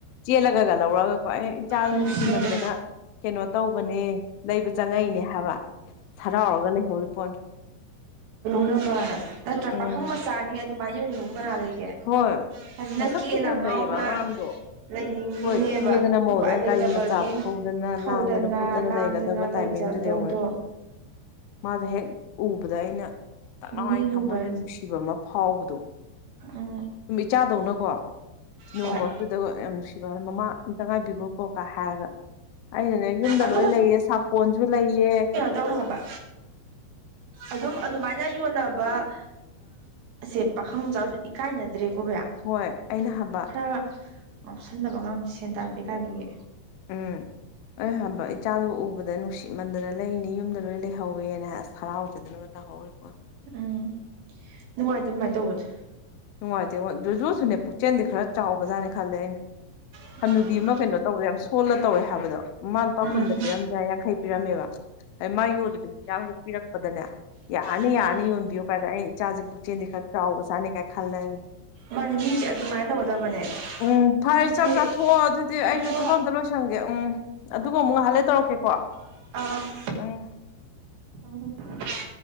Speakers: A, on the left; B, on the right.
A: ꯆꯦꯜꯂꯒ ꯂꯧꯔꯒ ꯍꯣꯏ ꯑꯩ ꯏꯆꯥ
B: ꯅꯨꯡꯁꯤꯗꯦ
A: ꯅꯨꯡꯁꯤꯃꯟꯗꯅ ꯀꯩꯅꯣ ꯇꯧꯕꯅꯦ ꯂꯩꯕ ꯆꯪꯉꯛꯏꯅꯦ ꯍꯥꯏꯕ ꯁꯔꯥꯎꯔꯒ ꯂꯩꯍꯧꯔꯤ ꯄꯣꯠꯁ
B: ꯂꯨꯝꯕ ꯅꯠꯇ꯭ꯔꯥ
A: ꯎꯝ
B: ꯄꯥꯈꯨꯡ ꯃꯆꯥꯅꯤ ꯑꯗꯨꯃꯥꯏꯅ ꯌꯣꯟꯅꯤꯡꯕꯕꯨ ꯀꯅꯥ ꯂꯩꯒꯦ
A: ꯍꯣꯏ
B: ꯑꯗꯨꯅ
A: ꯃꯁꯛꯁꯨ
B: ꯀꯦ ꯅꯪꯉꯎꯅ
A: ꯐꯖꯩꯌꯦꯕ ꯑꯉꯥꯡꯗꯣ
B: ꯂꯩꯅꯤꯡꯉꯤꯅꯦꯕ
A: ꯍꯣꯏ ꯀꯦꯗꯅ ꯃꯧꯗꯅ
B: ꯎꯄꯥꯏ ꯂꯩꯇꯕꯒꯤ
A: ꯒꯥꯔꯤ ꯃꯆꯥ ꯊꯧꯗꯅ
B: ꯊꯧꯗꯅ
A: ꯂꯥꯡꯗꯅ ꯈꯣꯠꯇꯅ
B: ꯂꯥꯡꯗꯅ
A: ꯂꯩꯒꯗꯕ ꯇꯥꯏꯃꯤꯡꯗꯨꯗ
B: ꯂꯩꯖ ꯇꯧꯗꯣ
A: ꯌꯦꯡꯉꯨꯅꯦ ꯃꯥꯗꯣ ꯍꯦꯛ ꯎꯕꯗ ꯑꯩꯅ ꯇꯛꯂꯏ
B: ꯃꯤꯑꯣꯏꯕ
A: ꯊꯃꯣꯏꯗ ꯅꯨꯡꯁꯤꯕ ꯑꯃ ꯐꯥꯎꯕꯗꯣ
B: ꯎꯝ
A: ꯁꯨꯝ ꯏꯆꯥꯗꯧꯅꯀꯣ ꯅꯣꯡꯃ
B: ꯍꯣꯏ
A: ꯑꯗꯨꯨꯗꯒ ꯌꯥꯝ ꯅꯨꯡꯁꯤꯕ ꯃꯃꯥ ꯑꯝꯇ ꯉꯥꯏꯕꯤꯈꯣ ꯀꯣ ꯀꯥ ꯍꯥꯏꯔꯒ ꯑꯩꯅꯅꯦ ꯌꯨꯝꯗ
B: ꯑꯗꯣ
A: ꯂꯣꯏ ꯂꯩꯑ ꯁꯥꯄꯣꯟꯁꯨ ꯂꯩꯌꯦ
B: ꯇꯧꯕ ꯑꯗꯨꯝ ꯑꯗꯨꯃꯥꯏꯅ ꯌꯣꯟꯅꯕ ꯑꯁꯦ ꯄꯥꯈꯪ ꯃꯆꯥꯥꯎꯁꯨ ꯏꯀꯥꯏꯅꯗ꯭ꯔꯦ ꯀꯣ ꯕꯔꯥ
A: ꯍꯣꯏ ꯑꯩꯅ ꯍꯥꯏꯕ
B: ꯈꯔ ꯉꯥꯎꯁꯟꯗꯕ ꯑꯉꯥꯡꯁ ꯁꯦꯟ ꯇꯥꯟꯕ ꯄ ꯀꯥꯏꯕꯒꯤ
A: ꯎꯝ ꯍ ꯍꯕ ꯏꯆꯥꯗꯨꯕꯨ ꯎꯕꯗ ꯅꯨꯡꯁꯤꯠꯃꯟꯗꯅ ꯂꯩꯅꯤ ꯌꯨꯝꯗ ꯂꯣꯏ ꯂꯩꯍꯧꯋꯦꯅ ꯍꯥꯏ ꯍꯔꯥꯎꯖꯗꯅ ꯍꯋꯕ
B: ꯎꯝ ꯅꯨꯡꯉꯥꯏꯇ ꯅꯨꯡꯃꯥꯏꯅ ꯇꯧꯕꯗ
A: ꯅꯨꯡꯉꯥꯏꯇꯦꯉꯨꯖꯨꯁꯨꯅꯦ ꯄꯨꯛꯆꯦꯜꯗꯤ ꯈꯔ ꯆꯥꯎꯕꯖꯥꯠꯅꯦ ꯈꯜꯂꯦ ꯑꯩꯅ
B: ꯎꯝ
A: ꯍꯟꯅꯨꯕꯤ ꯑꯃ ꯀꯩꯅꯣ ꯇꯧꯕꯗ ꯌꯥꯝ ꯁꯣꯜꯂ ꯇꯧꯋꯦ ꯍꯥꯏꯕꯗꯣ ꯃꯥꯃ ꯂꯨꯄꯥ
B: ꯎꯝ
A: ꯀꯨꯟꯗ ꯄꯤꯔꯝꯗ꯭ꯔ ꯌꯥꯡꯈꯩ ꯄꯤꯔꯝꯃꯦꯕ ꯑꯩ ꯃꯥ ꯌꯣꯜꯂꯤꯕ ꯍꯤꯟꯖꯥꯡꯗꯣ ꯄꯤꯔꯛꯄꯗꯅꯦ ꯌꯥꯔꯅꯤ
B: ꯎꯝ
A: ꯌꯥꯔꯅꯤ ꯌꯣꯟꯕꯤꯌꯨ ꯀꯥꯏꯗ ꯑꯩ ꯏꯆꯥꯁꯦ ꯄꯨꯛꯆꯦꯟꯗꯤ ꯈꯔ ꯆꯥꯎꯕ ꯆꯥꯠꯅꯤ ꯀꯥꯏ ꯈꯜꯂ
B: ꯃꯥꯅꯤ ꯃꯤꯁꯦ ꯑꯗꯨꯃꯥꯏꯅ ꯇꯧꯒꯗꯕꯅꯦ
A: ꯎꯝ ꯐꯔꯦ
B: ꯍꯥꯏꯕꯗꯤ
A: ꯆꯥꯛ ꯆꯥꯊꯣꯛꯑꯣ ꯑꯗꯨꯗꯤ ꯑꯩꯁꯨ
B: ꯍꯣ
A: ꯊꯕ ꯑꯃꯗ ꯂꯣꯏꯁꯟꯒꯦ ꯎꯝ ꯑꯗꯨꯒ ꯑꯃꯨꯛ ꯉꯍꯜꯂꯦ ꯇꯧꯔꯛꯀꯦꯀꯣ
B: ꯑ
A: ꯎꯝ